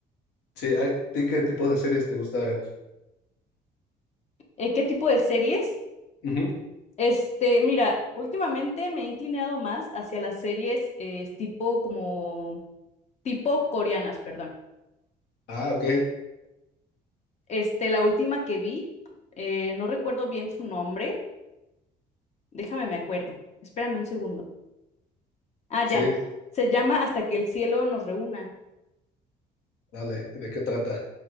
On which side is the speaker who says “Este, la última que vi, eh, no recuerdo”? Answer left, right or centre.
Left